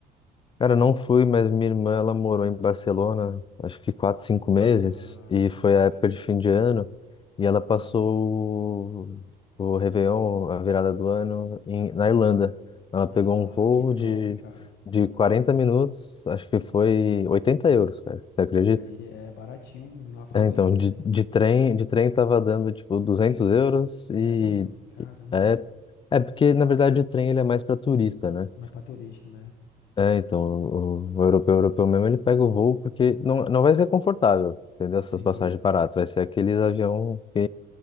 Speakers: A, on the left; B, on the left.
A: Cara, não fui, mas minha irmã, ela morou em Barcelona, acho que quatro, cinco meses,
B: Ah,
A: e foi
B: top.
A: a época de fim de ano, e ela passou o, o Réveillon, a virada do ano, em, na Irlanda. Ela pegou
B: Ah,
A: um voo
B: que top,
A: de,
B: cara.
A: de 40 minutos, acho que foi 80 euros, cara, você acredita?
B: Olha aí, é baratinho. O menino lá falou
A: É, então,
B: isso
A: de,
B: mesmo.
A: de trem, de trem tava dando, tipo, duzentos euros,
B: Sério?
A: e
B: Caramba.
A: é, é porque, na verdade, o trem ele é mais para turista, né?
B: Mas pra turista, né?
A: É, então, o, o europeu, europeu mesmo, ele pega o voo porque não, não vai ser confortável, entendeu? Essas
B: Sim,
A: passagens baratas. Vai ser aqueles avião que